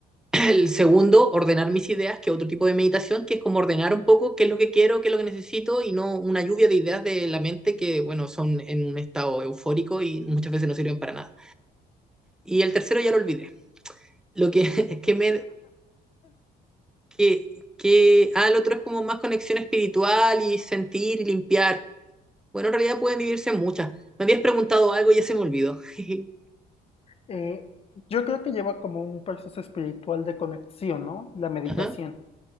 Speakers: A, in the centre; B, on the left (about 35°).
A: El segundo, ordenar mis ideas, que es otro tipo de meditación, que es como ordenar un poco qué es lo que quiero, qué es lo que necesito y no una lluvia de ideas de la mente que, bueno, son en un estado eufórico y muchas veces no sirven para nada. Y el tercero ya lo olvidé. Lo que, <laughs> que me... Que, que, ah, el otro es como más conexión espiritual y sentir y limpiar. Bueno, en realidad pueden vivirse muchas. Me habías preguntado algo y ya se me olvidó. <laughs>
B: Eh, yo creo que lleva como un proceso espiritual de conexión, ¿no? La meditación.
A: Ajá,